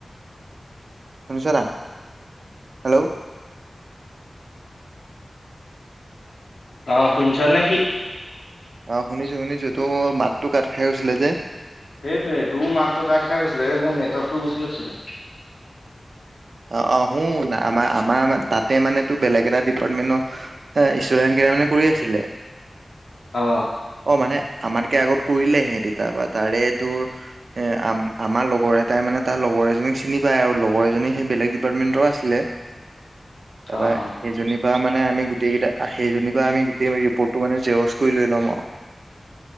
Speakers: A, on the right; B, on the left.
A: শুনিছ নাই, হেল্ল'!
B: অ', শুনিছ নেকি?
A: অ', শুনিছোঁ, শুনিছোঁ তোৰ মাতটো কাট খাই গৈছিলে যে।
B: সেইটোৱে তোও মাতটো কাট খাই গৈছিলে, এই মোৰ নেটৱৰ্কটো গুচি গৈছিলে।
A: অ', আহ, শুন আমাৰ, আমাৰ তাতে মানে তোৰ বেলেগ এটা ডিপাৰ্টমেন্টৰ হা, ষ্টুডেণ্ট কেটামানে কৰি আছিলে!
B: অ'।
A: অ', মানে আমাতকে আগত কৰিলে সিঁহেতে তাবা তাৰে তোৰ এ, আম-আমাৰ লগৰ এটাই মানে তাৰ লগৰ এজনীক চিনি পায় আৰু লগৰ এজনী সেই বেলেগ ডিপাৰ্টমেণ্টৰ আছিলে,
B: অ',
A: তাৰপা
B: অ',
A: সেইজনী পা মানে আমি গোটেইকিটাই সেইজনী পা আমি গোটেই ৰিপৰ্টটো মানে জেৰক্স কৰি লৈ ল'ম আৰু।